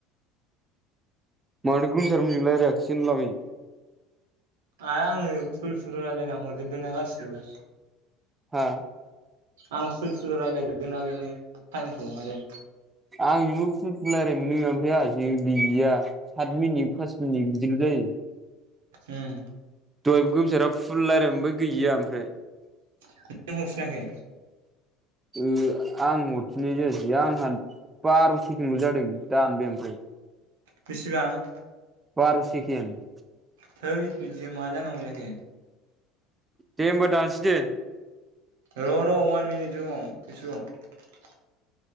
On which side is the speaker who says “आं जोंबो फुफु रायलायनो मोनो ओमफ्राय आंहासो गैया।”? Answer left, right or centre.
Right